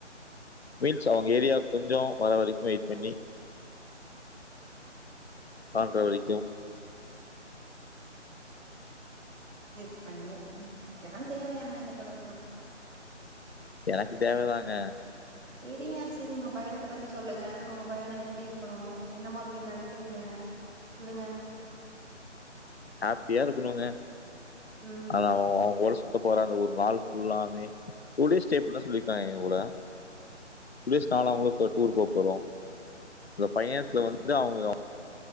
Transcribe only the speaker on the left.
மீன்ஸ் அவங்க ஏரியா கொஞ்ச வர வரிக்கும் வெயிட் பண்ணி அ தோழி
எனக்கு தேவதாங்க
ஹாப்பியா இருக்கனுங்க
ஆனா அவ ஒரு லூஸ் சுத்த போற அந்த ஒரு நாள் ஃபுல்லா மே டூ டேய்ஸ் ஸ்டே பண்ண சொல்லிருக்காங்க போல குளிர் ஸ்தானத்துக்கு டூர் போக போறோம் அந்த பையணத்துல
வந்து அவுங்க